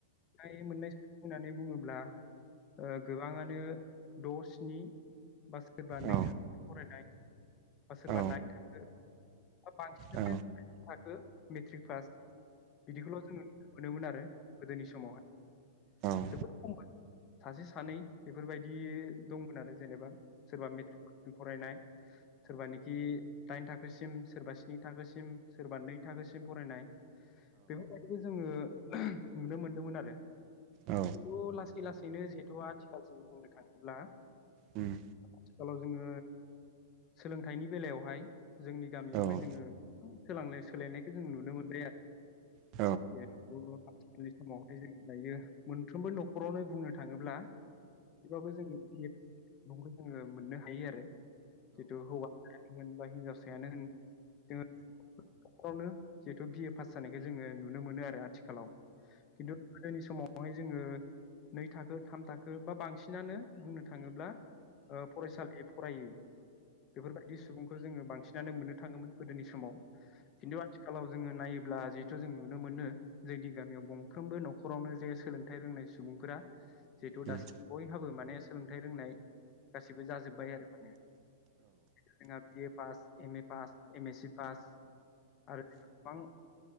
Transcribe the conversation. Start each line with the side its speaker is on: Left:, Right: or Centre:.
Left: नाय मोननाय <unintelligible> बुङोब्ला ओ गोबांआनो दं स्नि बा सोरबा नै
Right: औ
Left: थाखो फरायनाय बा सोरबा
Right: औ
Left: दाइन थाखो बा बांसिन <unintelligible>
Right: औ
Left: थाखो मेट्रिक पास बिदिखौल' जोङो न मोनोमोन आरो गोदोनि समावहाय
Right: औ
Left: जोबोद खम मोन। सासे सानै बेफोरबायदि दंमोन आरो जेनोबा। सोरबा मेट्रिक <unintelligible> फरायनाय सोरबानिखि दाइन थाखोसिम सोरबा स्नि थाखोसिम सोरबा नै थाखोसिम फरायनाय। बेफोरबायदिनो जोङो नुनो मोनदोंमोन आरो।
Right: औ
Left: खिन्थु लासै लासैनो जिहेतु आथिखालसिम बुंनो थाङो अब्ला
Right: ओम।
Left: आथिखालाव जोङो सोलोंथाइनि बेलायावहाय जोंनि गामियावहाय
Right: औ औ
Left: जोङो <unintelligible> सोलायनायखौ जों नुनो मोनबाय आरो
Right: औ
Left: बेथ' आथिखालनि समावहाय जों दायो मोनफ्रोमबो न'खरावनो बुंनो थाङोब्ला थेवबाबो जों बि <unintelligible> जोङो मोननो हायो आरो। जिथु हौवायानो होन बा हिनजावसायानो होन जोंङो <unintelligible> जिहेथु बि ए पास जानायखौ जोङो नुनो मोनो आरो आथिखालाव खिथु गोदोनि समाव बेवहाय जोङो नै थाखो थाम थाखो बा बांसिनानो बुंनो थाङोब्ला फरायसालि फरायै बेफोरबायदि सुबुंखौ जोङो बां सिनानो मोननो थाङोमोन गोदोनि समाव खिन्थु आथिखालाव जोङो नायो ब्ला जिहेथु जों नुनो मोनो जोंनि गामियाव गंफ्रोमबो न'खरावनो जे सोलोंथाइ रोंनाय सुबुंफोरा जिहेतु
Right: उम
Left: दासिम बयहाबो माने सोलोंथाइ रोंनाय गासिबो जाजोब्बाय आरो माने जोंना बियो pass M A pass M S C pass आरो गोबां